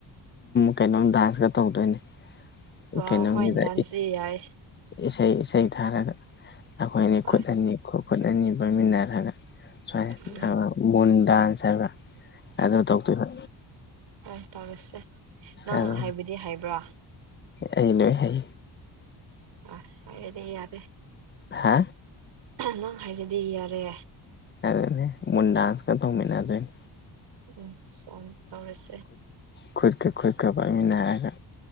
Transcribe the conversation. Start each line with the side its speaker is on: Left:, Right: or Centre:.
Left: ꯀꯩꯅꯣꯝ ꯗꯥꯟꯁꯀ ꯇꯧꯗꯣꯏꯅꯦ
Right: ꯋꯥ
Left: ꯀꯩꯅꯣꯅꯤꯗ
Right: ꯍꯣꯏ ꯗꯥꯟꯁꯤ ꯌꯥꯏ
Left: ꯏꯁꯩ ꯏꯁꯩ ꯊꯥꯔꯒ ꯑꯩꯈꯣꯏ ꯑꯅꯤ
Right: ꯍꯣꯏ
Left: ꯈꯨꯠ ꯑꯅꯤ ꯈꯨꯠ ꯑꯅꯤ ꯄꯣꯏꯃꯤꯟꯅꯔꯒ ꯁꯨꯃꯥꯏ
Right: ꯎꯝ
Left: ꯃꯨꯟ ꯗꯥꯟꯁ ꯍꯥꯏꯕ꯭ꯔꯥ ꯑꯗꯨ ꯇꯧꯗꯣꯏꯕ
Right: ꯍꯣꯏ ꯇꯧꯔꯁꯦ ꯅꯪ
Left: ꯑꯗꯨ
Right: ꯍꯥꯏꯕꯗꯤ ꯍꯥꯏꯕ꯭ꯔꯥ
Left: ꯑꯩ ꯅꯣꯏ ꯍꯥꯏ
Right: ꯑ ꯍꯥꯏꯔꯗꯤ ꯌꯥꯔꯦ
Left: ꯍꯥ
Right: ꯅꯪ ꯍꯥꯏꯔꯗꯤ ꯌꯥꯔꯦ
Left: ꯑꯅꯦ ꯃꯟꯗꯥꯥꯟꯁ ꯀꯗ ꯃ ꯑꯗꯨꯣꯏ
Right: ꯎꯝ ꯇꯧꯔꯁꯦ
Left: ꯈꯨꯨꯠꯀ ꯈꯨꯠꯀ ꯄꯥꯏꯃꯤꯅꯥꯔꯒ